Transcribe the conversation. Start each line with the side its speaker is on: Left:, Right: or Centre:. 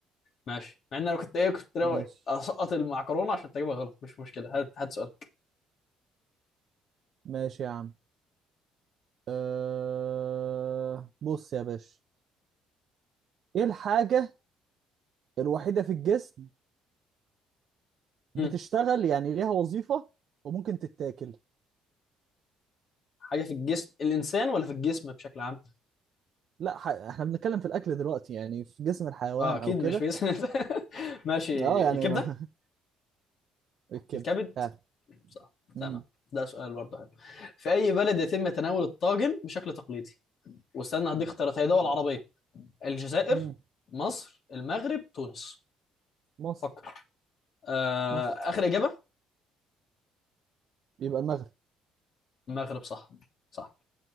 Left: ماشي مع ان انا كنت ايه كنت ناوي
Right: ماشي
Left: اسقط المعكرونه عشان تجيبها غلط مش مشكله هات هات سؤال
Right: ماشي يا عم أه... بص يا باشا ايه الحاجه الوحيده في الجسم
Left: مم.
Right: بتشتغل يعني ليها وظيفه وممكن تتاكل
Left: حاجه في الجسم الانسان ولا في الجسم بشكل عام
Right: لا ح... احنا بنتكلم في الاكل دلوقتي يعني في جسم الحيوان
Left: اه اكيد
Right: او كده
Left: مش في جسم الإنسان. <laughs> ماشي
Right: اه يعني
Left: الكبده
Right: ما <laughs> الكبده
Left: الكبد
Right: فعلا
Left: صح
Right: مم.
Left: تمام ده سؤال برضه حلو في اي بلد يتم تناول الطاجن بشكل تقليدي واستنى هديك اختيارات هي دول عربيه الجزائر
Right: مم.
Left: مصر المغرب تونس
Right: مصر
Left: فكر آه
Right: مصر
Left: اخر اجابه
Right: يبقى المغرب
Left: المغرب صح صح